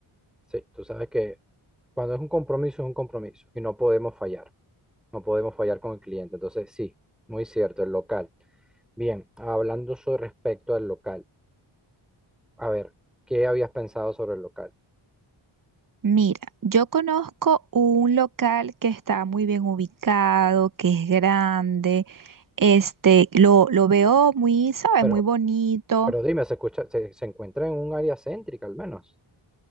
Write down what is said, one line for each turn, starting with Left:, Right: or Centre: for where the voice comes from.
Centre: Sí, tú sabes que cuando es un compromiso es un compromiso y no podemos fallar. No podemos fallar con el cliente. Entonces, sí, muy cierto, el local. Bien, hablando sobre respecto al local. A ver, ¿qué habías pensado sobre el local?
Right: Mira, yo conozco un local que está muy bien ubicado, que es grande, este, lo, lo veo muy, ¿sabes?
Centre: Pero,
Right: Muy bonito.
Centre: pero dime, se escucha, se, se encuentra en un área céntrica al menos.